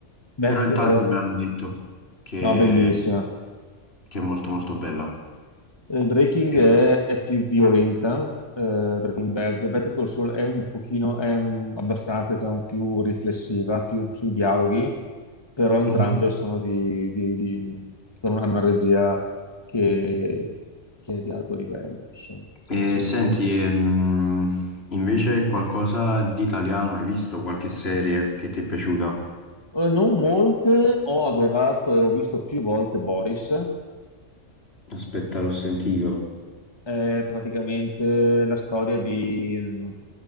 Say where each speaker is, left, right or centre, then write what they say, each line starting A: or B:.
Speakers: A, on the left; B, on the left.
A: Bet-
B: Però in tanti
A: allora,
B: mi hanno detto che,
A: no, bellissima.
B: che è molto molto bella.
A: Eh, Breaking
B: Eh.
A: è, è più violenta, eh, Breaking Bad. Better Call Saul è un pochino, è mm, abbastanza, diciamo, più riflessiva, più sui dialoghi, però entrambe
B: Mhm.
A: sono di, di- di- sono- hanno una regia che, che è di alto livello, insomma. Cioè,
B: E
A: c'è niente
B: senti,
A: da fare.
B: ehm, invece qualcosa di italiano, hai visto qualche serie che ti è piaciuta?
A: Eh, non molte, ho adorato e ho visto più volte Boris,
B: Aspetta, l'ho sentito.
A: È praticamente la storia di... mh,